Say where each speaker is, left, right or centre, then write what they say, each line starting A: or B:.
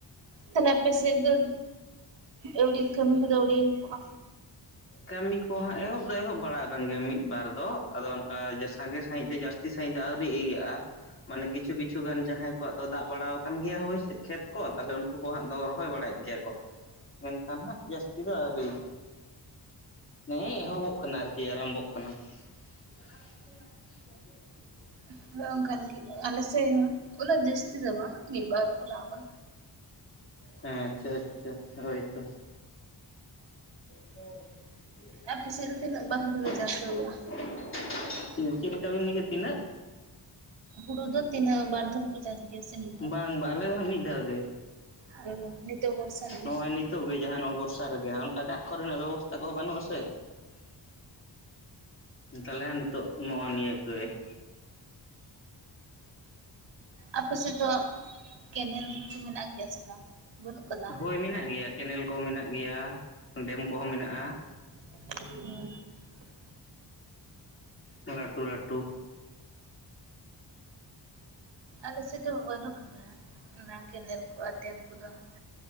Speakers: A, on the right; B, on the left.
A: ᱛᱟᱞᱦᱮ ᱟᱯᱮ ᱥᱮᱜ ᱫᱚ ᱟᱹᱣᱲᱤ ᱠᱟᱹᱢᱤ ᱠᱚᱫᱚ ᱟᱹᱣᱲᱤ ᱮᱦᱚᱰᱽᱜᱼᱟ᱾
B: ᱠᱟᱹᱢᱤ ᱠᱚ ᱦᱟᱸᱜ ᱮᱦᱚᱵᱽ ᱫᱚ ᱮᱦᱚᱵᱽ ᱵᱟᱲᱟ ᱟᱠᱟᱱ ᱜᱮᱭᱟ ᱢᱤᱫ ᱵᱟᱨ ᱫᱚ ᱟᱫᱚ ᱚᱱᱠᱟ ᱥᱟᱸᱜᱮ ᱥᱟᱺᱦᱤᱡᱽ ᱫᱚ ᱡᱟᱹᱥ ᱛᱤ ᱥᱟᱺᱦᱤᱡᱽ ᱫᱚ ᱟᱹᱣᱨᱤ ᱤᱭᱟᱹᱜᱼᱟ᱾ ᱢᱟᱱᱮ ᱠᱤᱪᱷᱩ ᱠᱤᱪᱷᱩ ᱜᱟᱱ ᱡᱟᱦᱟᱸᱭ ᱠᱚᱣᱟᱜ ᱫᱚ ᱫᱟᱜ ᱵᱟᱲᱟ ᱣᱟᱠᱟᱱ ᱜᱮᱭᱟ ᱦᱳᱭ ᱠᱷᱮᱛ ᱠᱚ ᱛᱟᱦᱞᱮ ᱩᱝ ᱩᱱᱠᱩ ᱠᱚ ᱦᱟᱸᱜ ᱫᱚ ᱨᱚᱦᱚᱭ ᱵᱟᱲᱟᱭᱮᱜ ᱜᱮᱭᱟ ᱠᱚ ᱢᱮᱱᱠᱷᱟᱱ ᱦᱟᱸᱜ ᱡᱟᱹᱥᱛᱤ ᱫᱚ ᱟᱹᱣᱨᱤ ᱱᱮᱸᱜ ᱮ ᱮᱦᱚᱵᱽᱚᱜ ᱠᱟᱱᱟ ᱟᱨᱠᱤ ᱟᱨᱟᱢᱵᱷᱚᱜ ᱠᱟᱱᱟ᱾ <unintelligible>
A: <unintelligible> ᱟᱱᱠᱟᱱ ᱜᱤ ᱟᱞᱮᱥᱮᱜ ᱩᱱᱟᱹᱜ ᱡᱟᱹᱥᱛᱤ ᱫᱚ ᱵᱟᱝ ᱢᱤᱜ ᱵᱟᱨ ᱠᱚ ᱞᱟᱜᱟᱣ
B: ᱦᱮᱸ ᱟᱪᱪᱷᱟ ᱟᱪᱪᱷᱟ ᱦᱳᱭ ᱛᱚ᱾ <inaudible>
A: ᱟᱯᱮ ᱥᱮᱫ ᱫᱚ ᱛᱤᱱᱟᱹᱜ ᱵᱟᱨ ᱦᱩᱲᱩ ᱫᱚ ᱪᱟᱥ ᱫᱚ ᱦᱩᱭᱩᱜᱼᱟ
B: ᱪᱮᱫ ᱞᱮᱠᱟ ᱵᱤᱱ ᱞᱟᱹᱭ ᱠᱮᱜᱼᱟ ᱛᱤᱱᱟᱜ?
A: ᱦᱩᱲᱩ ᱫᱚ ᱛᱤᱱᱟᱹᱜ ᱵᱟᱨ ᱫᱷᱚᱢ ᱪᱟᱥ ᱜᱮ <unintelligible>
B: ᱵᱟᱝ ᱵᱟ ᱟᱞᱮ ᱫᱚ ᱦᱟᱸᱜ ᱢᱤᱜ ᱫᱷᱟᱣ ᱜᱮ
A: ᱟᱨ ᱱᱤᱛᱚᱜ ᱵᱚᱨᱥᱟ ᱨᱮᱜᱮ
B: ᱱᱚᱜᱼᱚᱭ ᱱᱤᱛᱚᱜ ᱜᱮ ᱡᱟᱦᱟ ᱱᱚᱣᱟ ᱵᱚᱨᱥ ᱥᱟᱵ ᱨᱮᱜᱮ ᱚᱝᱠᱟ ᱫᱟᱜ ᱠᱚᱨᱮᱱᱟᱜ ᱵᱮᱵᱚᱥᱛᱷᱟ ᱠᱚᱦᱚᱸ ᱵᱟᱹᱱᱩᱜᱼᱟ ᱥᱮ᱾ ᱛᱟᱞᱦᱮ ᱱᱤᱛᱚᱜ ᱱᱚᱜᱼᱚᱭ ᱱᱤᱭᱟᱹ ᱜᱮ᱾ <inaudible>
A: ᱟᱯᱮ ᱥᱮᱫ ᱫᱚ ᱠᱮᱱᱮᱞ ᱠᱚ ᱢᱮᱱᱟᱜ ᱜᱮᱭᱟ ᱥᱮ ᱵᱟᱝ? ᱵᱟᱹᱱᱩᱜ ᱠᱟᱫᱟ?
B: ᱦᱳᱭ ᱢᱮᱱᱟᱜ ᱜᱮᱭᱟ ᱠᱮᱱᱮᱞ ᱠᱚ ᱢᱮᱱᱟᱜ ᱜᱮᱭᱟ ᱰᱮᱢ ᱠᱚᱦᱚᱸ ᱢᱮᱱᱟᱜᱼᱟ᱾
A: <inaudible>
B: ᱞᱟᱹᱴᱩ ᱞᱟᱹᱴᱩ᱾
A: ᱟᱞᱮ ᱥᱮᱜ ᱫᱚ ᱵᱟᱹᱱᱩᱜ ᱠᱟᱫᱟ ᱚᱱᱟ ᱠᱮᱱᱮᱞ ᱠᱚ ᱟᱨ ᱰᱮᱢ ᱠᱚᱫᱚ ᱦᱟᱸᱜ᱾